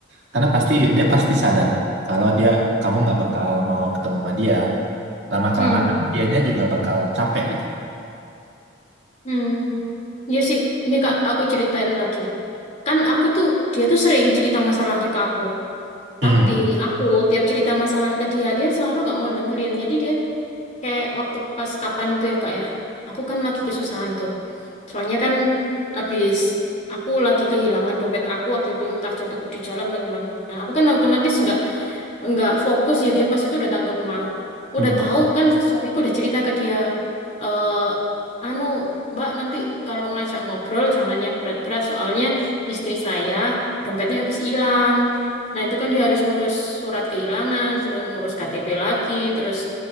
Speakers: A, on the right; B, on the left.
A: Karena pasti dia pasti sadar kalau dia kamu nggak bakal mau ketemu sama dia. Lama kelamaan
B: Hmm.
A: dianya juga bakal capek gitu lah.
B: Hmm. Iya sih, ini Kak, aku ceritain lagi. Kan aku tuh, dia tuh sering cerita masalahnya ke aku.
A: Hmm.
B: Tapi aku tiap cerita masalahnya ke dia, dia selalu nggak mau dengerin. Jadi dia kayak waktu pas kapan itu ya kak ya, aku kan lagi kesusahan tuh. Soalnya kan abis aku lagi kehilangan dompet aku waktu itu entah jatuh di jalan bagaimana. Aku kan otomatis nggak nggak fokus ya dia pas itu datang ke rumah. Udah
A: Hmm.
B: tahu kan suamiku udah cerita ke dia, eh anu Mbak nanti kalau ngajak ngobrol jangan yang berat-berat soalnya istri saya dompetnya habis hilang. Nah itu kan dia harus ngurus surat kehilangan, terus ngurus KTP lagi, terus